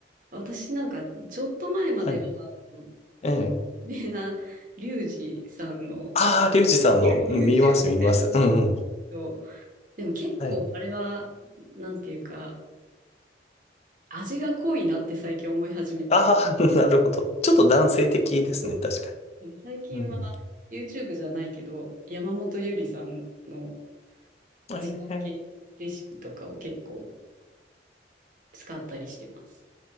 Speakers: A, on the right; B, on the left.
A: 私なんか、ちょっと前までは、
B: はい。
A: あの
B: ええ。
A: 有名なリュウジさんの
B: ああ、リュウジさんの見ます、
A: YouTube
B: 見ます。
A: がよく見る
B: うんうん。
A: と、でも結構あれは、
B: はい。
A: なんていうか、味が濃いなって最近思い始めて、
B: ああ、<laughs> なるほど。ちょっと男性的ですね、
A: そう
B: 確か
A: 最近は
B: に。うん。
A: YouTube じゃないけど、山本ゆりさんの
B: ええ。
A: 時短系レシピとかを結構使ったりしてます。